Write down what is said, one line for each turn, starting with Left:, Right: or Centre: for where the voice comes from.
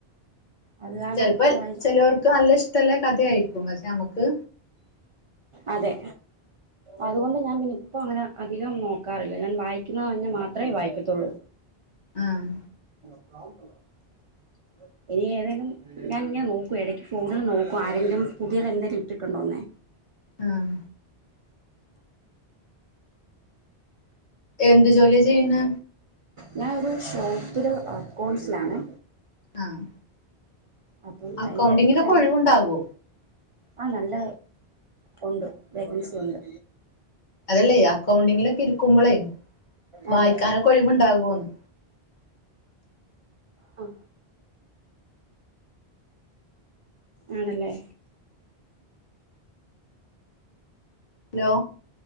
Right: അത് കാരണം
Left: ചെലപ്പോ
Right: വായി
Left: ചെലോർക്ക് നല്ല ഇഷ്ടെല്ല കഥായ്ക്കും പഷെ അമ്മക്ക്
Right: അതെ അതുകൊണ്ട് ഞാൻ പിന്ന ഇപ്പ അങ്ങനെ അധികം നോക്കാറില്ല ഞാൻ വായിക്കുന്ന തന്നെ മാത്രമേ വായിക്കത്തുള്ളൂ
Left: ആഹ്
Right: <unintelligible> ഇനി ഏതേലും ഞാനിങ്ങൻ നോക്കൂ എടക്ക് ഫോണിൽ നോക്കൂ ആരെങ്കിലും പുതിയത് എന്തേലും ഇട്ടിട്ടുണ്ടോന്നേ
Left: ആഹ്
Right: <unintelligible> <inaudible>
Left: എന്ത് ജോലിയാ ചെയ്യണെ
Right: ഞാനൊരു ഷോപ്പില് അക്കൗണ്ട്സിലാണേ
Left: ആഹ്
Right: അപ്പൊ
Left: അക്കൗണ്ടിങ്ങിലൊക്കെ
Right: അയ്ന്റെടക്കാണ്
Left: ഒഴിവുണ്ടാകോ
Right: ആ നല്ല ഒണ്ട് വേക്കെൻസി ഒണ്ട്
Left: അതല്ലേ അക്കൗണ്ടിങ്ങിലൊക്കെ ഇരിക്കുമ്പളേ
Right: അതെ
Left: വായിക്കാനൊക്കെ ഒഴിവുണ്ടാകോന്ന്
Right: അ ആണല്ലേ
Left: ഹലോ